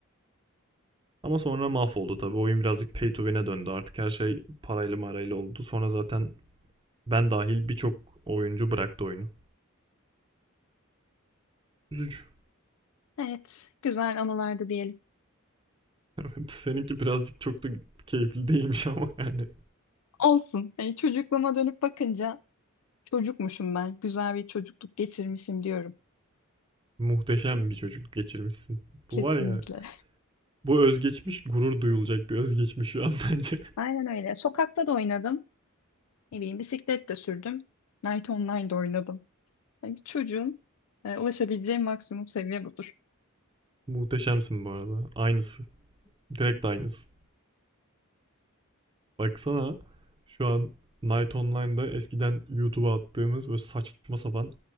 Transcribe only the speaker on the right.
Ama sonra mahvoldu tabii. Oyun birazcık pay to win'e döndü artık. Her şey parayla marayla oldu. Sonra zaten Ben dahil birçok oyuncu bıraktı oyunu. Üzücü.
<laughs> Seninki birazcık çok da keyifli değilmiş ama yani
muhteşem bir çocukluk geçirmişsin.
Bu var ya bu özgeçmiş gurur duyulacak bir özgeçmiş şu an bence.
<laughs> Muhteşemsin bu arada. Aynısı. Direkt aynısı. Baksana şu an Night Online'da eskiden YouTube'a attığımız böyle saçma sapan